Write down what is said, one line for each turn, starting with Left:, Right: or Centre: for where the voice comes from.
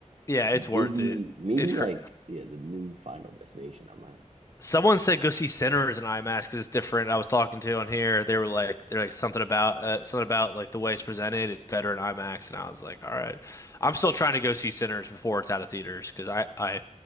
Left: Yeah, it's worth
Right: Maybe,
Left: it.
Right: maybe
Left: It's
Right: like
Left: cra
Right: yeah, the new Final Destination. I might.
Left: Someone said go see Sinners in IMAX because it's different. I was talking to on here. They were like, they're like something about uh, something about like the way it's presented. It's better in IMAX, and I was like, all right. I'm still trying to go see Sinners before it's out of theaters because I I